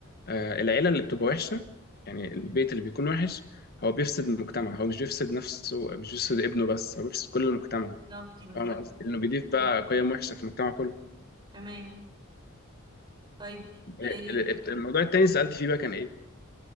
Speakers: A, on the left (about 45°); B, on the right (about 20°).
A: آه، العيلة اللي بتبقى وحشة يعني البيت اللي بيكون وحش هو بيفسد المجتمع هو مش بيفسد نفسه مش بيفسد ابنه بس هو بيفسد كل المجتمع
B: بالظبط بالظبط
A: فاهم قصدي؟ لأنه بيضيف بقى
B: ايوه
A: قيم وحشة في المجتمع كله
B: تمام طيب إيه
A: ال- ال- الموضوع التاني اللي سألت فيه بقى كان إيه؟